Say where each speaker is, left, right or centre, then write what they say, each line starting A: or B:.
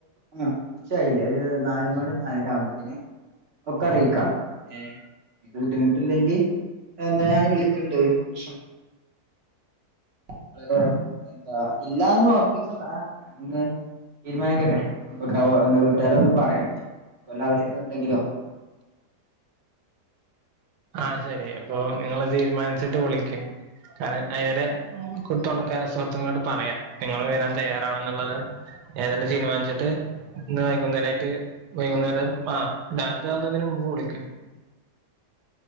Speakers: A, on the right; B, on the right.
A: ആഹ്, ഉച്ചായിലേ ഒരു ന്നാല് മണി ന്നാലര ആവുമ്പക്കിന് ഒക്കെ അറീക്കാ. ഏഹ് ബുദ്ധിമുട്ടില്ലെങ്കി എന്താ ഞാൻ വിളിക്കണ്ട് പ്ര ങ്ങള് എന്താ ഇല്ലാന്ന് ഒറപ്പിചണ്ടാ ഞാനൊന്ന് തീര്മാനിക്കട്ടെ എന്തക്കാവോ ന്താ വീട്ട്കാരൊന്ന് പറയട്ടെ ക്കോല ആവശ്യംങ്ങൾ ണ്ടെങ്കിലോ.
B: ആഹ് ശെരി അപ്പൊ നിങ്ങള് തീര്മാൻച്ച്ട്ട് വ്ളിക്ക് കാര്ണം അയരെ കൊത്ത് സുഹൃത്തുളോട് പറയാ നിങ്ങള് വരാൻ തയ്യറാണെന്നുള്ളത് ഏതെലും തീര്മാൻച്ച്ട്ട് ഇന്ന് വൈകുന്നേരായിട്ട് വൈകുന്നേരം ആഹ് രാത്രി ആവുന്നതിന് മുമ്പ് വിളിക്ക്‌.